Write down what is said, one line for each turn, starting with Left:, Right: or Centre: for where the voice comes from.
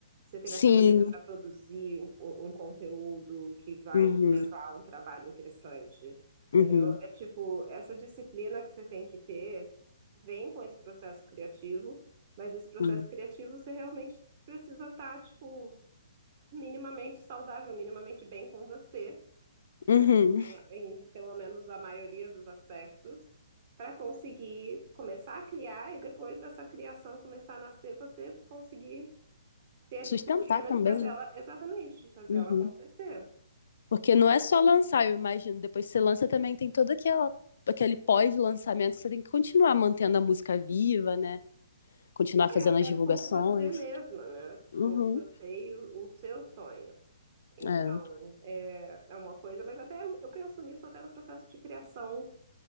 Right: Você teve
Left: Sim.
Right: a cabeça para produzir um, um conteúdo que vai
Left: Uhum.
Right: te levar a um trabalho interessante, entendeu?
Left: Uhum.
Right: É tipo, essa disciplina que você tem que ter vem com esse processo criativo, mas esse processo
Left: Uhum.
Right: criativo você realmente precisa estar, tipo, minimamente saudável, minimamente bem com você,
Left: Uhum.
Right: né? Em, em pelo menos a maioria dos aspectos, para conseguir começar a criar e depois dessa criação começar a nascer, você conseguir ter a
Left: Sustentar
Right: disciplina
Left: também,
Right: de fazer
Left: né?
Right: ela, exatamente, de fazer
Left: Uhum.
Right: ela acontecer.
Left: Porque não é só lançar, eu imagino. Depois que você lança também tem toda aquela aquele pós-lançamento, que você tem que continuar mantendo a música viva, né? continuar fazendo
Right: É, até
Left: as divulgações.
Right: por você mesma, né?
Left: Uhum.
Right: Por você e o, o seu sonho. Então,
Left: É.
Right: é, é uma coisa, mas até eu eu penso nisso até no processo de criação